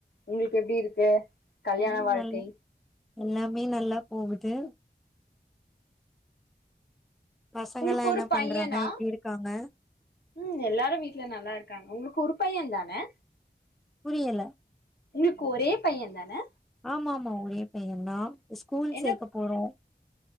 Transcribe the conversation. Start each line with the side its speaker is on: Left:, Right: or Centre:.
Left: ஒங்ளுக்கு எப்டி இருக்கு கல்யாண
Centre: ம்
Left: வாழ்க்கை
Centre: நல் எல்லாமே நல்லா போகுது பசங்கலா
Left: உங்களுக்கு
Centre: என்னா
Left: ஒரு பையனா
Centre: பண்றாங்க எப்டி இருக்காங்க
Left: ம் எல்லாரு வீட்ல நல்லா இருக்காங்க ஒங்ளுக்கு ஒரு பைய தானே
Centre: புரியல
Left: ஒங்களுக்கு ஒரே பைய தானே
Centre: ஆமா ஆமா ஒரே பைய தா இப்ப ஸ்கூல்
Left: என்ன
Centre: சேக்க போறோ